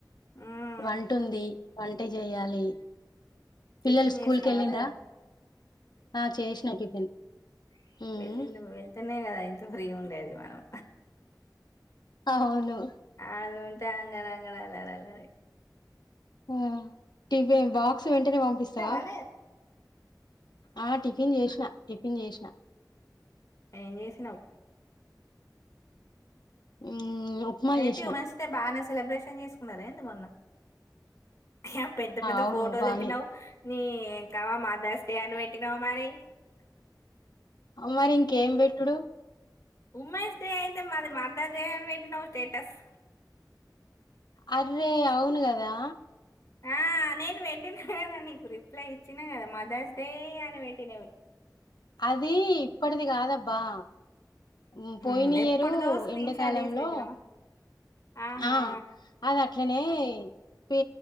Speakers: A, on the left; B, on the left.
A: మ్మ్.
B: వంటుంది వంట చేయాలి
A: టిఫిన్
B: పిల్లలు స్కూల్
A: చేసినావా
B: కి వెళ్ళిందా
A: లేదా
B: ఆ చేసిన టిఫిన్ ఉమ్
A: వెళ్లిళ్ళు వెళ్తేనే కదా ఇంత ఫ్రీగా ఉండేది మనం
B: అవును
A: ఆళ్లు ఉంటే అంగడ అంగడ అల్లరే అల్లారె
B: ఉమ్ టిఫ బాక్స్ వెంటనే పంపిస్తావా
A: తిన్నావా లేదా?
B: ఆ టిఫిన్ చేసిన టిఫిన్ చేసిన
A: ఏం చేసినావు
B: హ్మ్ ఉప్మా
A: ఏంటి
B: చేసిన
A: ఉమెన్స్ డే బాగానే సెలబ్రేషన్ చేసుకున్నార ఏంది మొన్న ఆ పెద్ద పెద్ద
B: అవును
A: ఫోటోలు
B: బానే
A: పెట్టినావు నీ యంకమ్మ మదర్స్ డే అని పెట్టినావ్ మరి
B: అ మరి ఇంకేం పెట్టుడు
A: ఉమెన్స్ డే అయితే మాది మదర్స్ డే అని పెట్టినావ్ స్టేటస్
B: అర్రే అవును కదా
A: ఆ నేను పెట్టినా కదా నీకు రిప్లై ఇచ్చినా కదా మదర్స్ డే అని పెట్టినవి
B: అది ఇప్పటిది కాదబ్బా ఉమ్
A: హ్మ్,
B: పోయినియ్యరు
A: ఎప్పటిదో స్క్రీన్
B: ఎండాకాలంలో
A: షాట్ తీసి పెట్టినావా ఆహా
B: ఆ అది అట్లనే పే